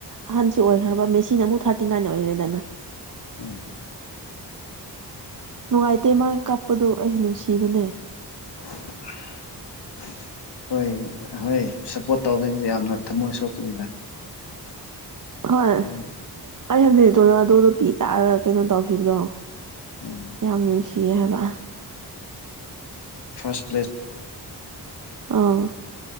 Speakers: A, on the right; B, on the left.
A: ꯑꯍꯟꯁꯨ ꯑꯣꯏꯈ꯭ꯔꯕ ꯃꯦꯁꯤꯟ ꯑꯃꯨꯛ ꯊꯥꯔꯇꯤ ꯅꯥꯏꯟ ꯑꯣꯏꯔꯦꯗꯅ
B: <inaudible>
A: ꯅꯨꯡꯉꯥꯏꯇꯦ ꯃꯥ ꯀꯥꯞꯄꯗꯣ ꯑꯩ ꯅꯨꯡꯁꯤꯕꯅꯦ꯫
B: <unintelligible> ꯍꯣꯏ ꯍꯣꯏ ꯁꯞꯄꯣꯔꯠ ꯇꯧꯕꯗꯁꯦ ꯌꯥꯝꯅ ꯊꯝꯃꯣꯏ ꯁꯣꯛꯄꯅꯤꯗ
A: ꯍꯣꯏ
B: ꯃꯣꯏ
A: ꯑꯩ ꯍꯥꯏꯖꯤꯛꯇꯣꯅꯗꯣ ꯂꯣꯄꯤ ꯇꯥꯔꯒ ꯀꯩꯅꯣ ꯇꯧꯈꯤꯕꯗꯣ
B: ꯎꯝ
A: ꯌꯥꯝ ꯅꯨꯡꯁꯤꯌꯦ ꯍꯥꯏꯕ
B: ꯐꯥꯁ
A: ꯑꯥ